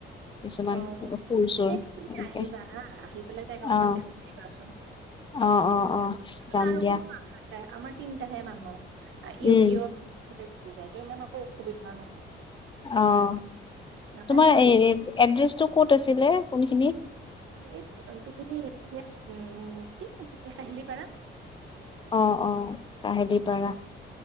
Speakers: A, on the left; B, on the right.
A: কিছুমান
B: অ',
A: সুৰ চুৰ
B: তুমি
A: এনেকে
B: আহিবা হা। আহি পেলাই তাইক অকমান
A: অ
B: দেখুৱাই দিবাচোন <unintelligible>
A: অ', অ', অ',
B: <unintelligible>
A: যাম দিয়া
B: আমাৰ তিনতাহে মানুহ, <unintelligible>
A: উম,
B: গুচি যায় ত ইমান একো অসুবিধা নহয় আৰু।
A: অ',
B: আহ, তাইও
A: তোমাৰ
B: ভাল
A: এড্ৰেছটো
B: পাব,
A: ক'ত আছিলে কোনখিনিত?
B: এই তুমি এ কি কাহিলীপাৰা।
A: অ', অ', কাহিলী পাৰা।